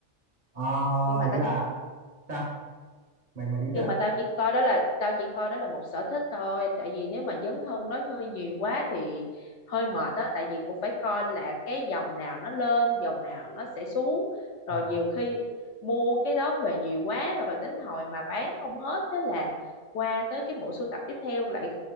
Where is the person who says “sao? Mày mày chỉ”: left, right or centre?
Right